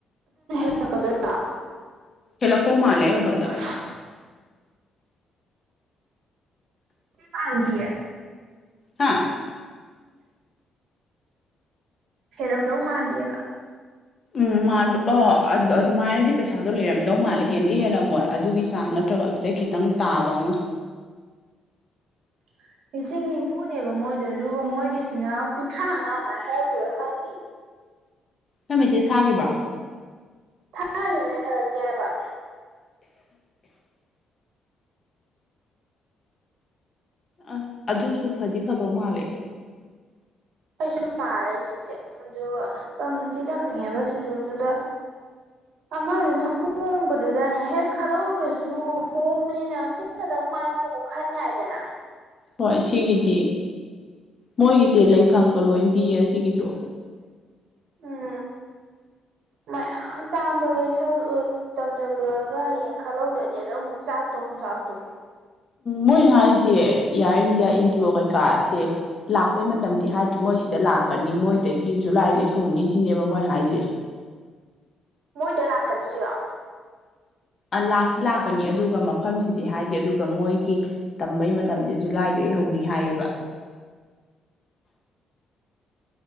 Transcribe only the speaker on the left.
ꯍꯦꯜꯂꯛꯇꯧ ꯃꯥꯜꯂꯦ
ꯑꯩ ꯋꯥꯈꯜꯗ
ꯍꯥ
ꯎꯝ ꯃꯥꯟꯕ ꯑꯣ ꯑꯗ ꯑꯗꯨꯃꯥꯏꯅꯗꯤ ꯄꯩꯁꯥꯗꯣ ꯂꯩꯔꯝꯗꯧ ꯃꯥꯜꯂꯦ ꯍꯦꯟ ꯗꯤ ꯍꯦꯜꯂꯝꯃꯣꯏ ꯑꯗꯨꯒꯤ ꯆꯥꯡ ꯅꯠꯇ꯭ꯔꯒ ꯑꯗꯨꯗꯩ ꯈꯤꯇꯪ ꯇꯥꯕ ꯑꯃ
ꯅꯪ ꯃꯦꯁꯦꯁ ꯊꯥꯒꯤꯕ꯭ꯔꯣ
ꯑꯁ ꯑꯗꯨꯁꯨ ꯐꯗꯤ ꯐꯗꯧ ꯃꯥꯜꯂꯦ
ꯍꯣꯏ ꯁꯤꯒꯤꯗꯤ ꯃꯣꯏꯒꯤꯁꯦ ꯂꯩꯐꯝꯒ ꯂꯣꯏꯅ ꯄꯤꯌꯦ ꯑꯁꯤꯒꯤꯁꯨ
ꯃꯣꯏꯟ ꯍꯥꯏꯁꯦ ꯏꯌꯥꯔ ꯏꯟꯗꯤꯌꯥ ꯏꯟꯗꯤꯌꯣ ꯀꯩꯀꯥꯁꯦ ꯂꯥꯛ ꯄꯩ ꯃꯇꯝꯗꯤ ꯍꯥꯏꯗ꯭ꯔꯤ ꯃꯣꯏ ꯁꯤꯗ ꯂꯥꯛꯀꯅꯤ ꯃꯣꯏꯗꯒꯤ ꯖꯨꯂꯥꯏꯗꯩ ꯍꯧꯅꯤ ꯁꯤꯅꯦꯕ ꯃꯣꯏ ꯍꯥꯏꯖꯤ
ꯑ ꯂꯥꯛꯇꯤ ꯂꯥꯛꯀꯅꯤ ꯑꯗꯨꯒ ꯃꯐꯝꯁꯤꯗꯤ ꯍꯥꯏꯗ ꯗꯦ ꯑꯗꯨꯒ ꯃꯣꯏꯒꯤ ꯇꯝꯕꯩ ꯃꯇꯝꯁꯦ ꯖꯨꯂꯥꯏꯗꯒꯤ ꯍꯧꯅꯤ ꯍꯥꯏꯌꯦꯕ